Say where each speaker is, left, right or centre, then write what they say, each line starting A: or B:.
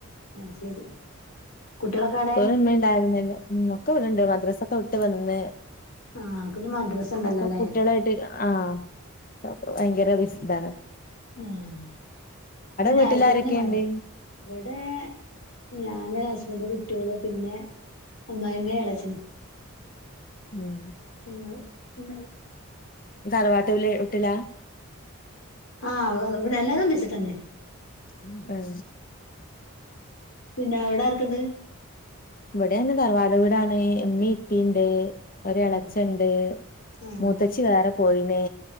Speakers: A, on the left; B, on the left.
A: ആഹ ശരി കുട്ടികളൊക്കെ എവിടെ
B: ഉമ്മണ്ടായിരുന്നില്ല ഉ ഒക്കെ ഇണ്ട് മദ്രസൊക്കെ വിട്ട് വന്ന്
A: ആഹ് പിന്നെ മദ്രസ ഉണ്ടല്ലോ
B: ഇപ്പൊ
A: അല്ലേ
B: കുട്ടികളായിട്ട് ആഹ ഭയങ്കര വിശദാണ്
A: ആഹ ഇന്ന് രവിലെത്തന്നെ
B: വീട്ടിലാരൊക്കെണ്ട്
A: മഴ ഇവിടെ ഞാന് അച്ന്റെ കുട്ടികള് പിന്നെ അമ്മയുമ്മ എളച്ചനും
B: ഉം
A: ങ്ങള് ണ്ട
B: തറവാട്ട് വീട്ടില
A: ആഹ് അവ ഇവിടെ എല്ലാരും ബിച്ചട്ടന്നെ
B: ഉ ആഹ
A: പിന്നെ എവിട ആർക്കുണ്ട്
B: ഇവിടെയന്ന തറവാട് വീടാണ് ഇമ്മി ഇപ്പിണ്ട് ഒരു
A: ആഹ്
B: എളച്ചണ്ട്
A: ആഹ്
B: മൂത്തച്ചി വേറെ പോയിന്